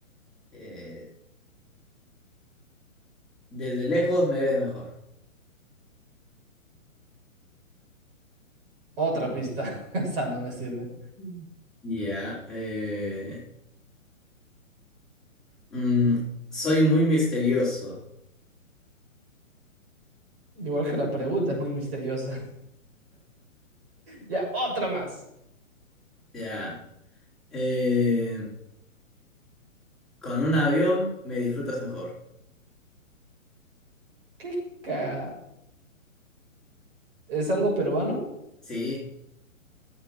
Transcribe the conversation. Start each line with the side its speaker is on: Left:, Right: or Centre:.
Centre: eh, desde lejos me ves mejor.
Right: Otra pista. <laughs> Esa no me sirve.
Centre: Mm. Ya. eh, mm, soy muy misterioso.
Right: Igual que la pregunta, es muy misteriosa. <laughs> Ya, otra más.
Centre: Ya. eh, con un avión me disfrutas mejor.
Right: ¿Qué ca... ¿Es algo peruano?
Centre: Sí.